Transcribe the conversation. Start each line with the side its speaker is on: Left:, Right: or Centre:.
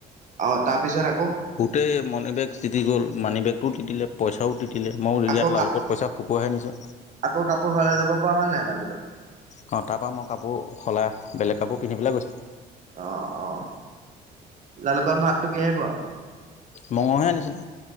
Right: অ', তাৰ পিছত আকৌ
Left: গোটই মাণি বেগ তিতি গ'ল মানি বেগও তিতিলে পইচাও তিতি তিতিলে মই
Right: আকৌ
Left: ইয়াত লালুকত
Right: কাপ
Left: পইচা শুকোৱাই নিছো।
Right: আকৌ কাপোৰ সলাই যাব পৰা <unintelligible>
Left: অ', তাৰ পৰা মই কাপোৰ সলাই বেলেগ কাপোৰ পিন্ধি পেলাই গৈছো।
Right: অ', অ' লালুকত ভাতটো কিহে খোৱা?
Left: মঙহে আনিছিলো।